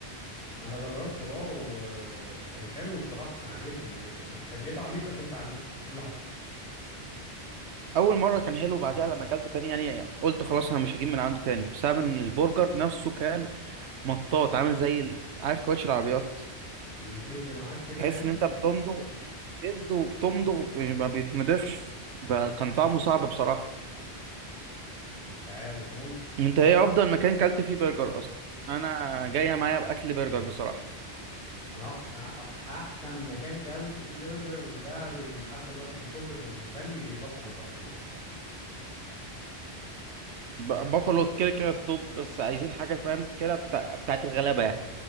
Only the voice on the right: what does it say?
اول مره كان حلو بعدها لما اكلته تاني يعني قلت خلاص انا مش هجيب من عنده تاني بسبب ان البرجر نفسه كان مطاط عامل زي ال- عارف كاوتش العربيات
تحس
ان انت بتمضغ بتشد وبتمضغ ما بيتمضغش ده كان طعمه صعب بصراحه
انت ايه افضل مكان كلت فيه برجر اصلا انا جايه معايا باكل برجر بصراحه
ب- بافالو كده كده التوب بس عايزين حاجة فاهم كده بتاع... بتاعت الغلابة يعني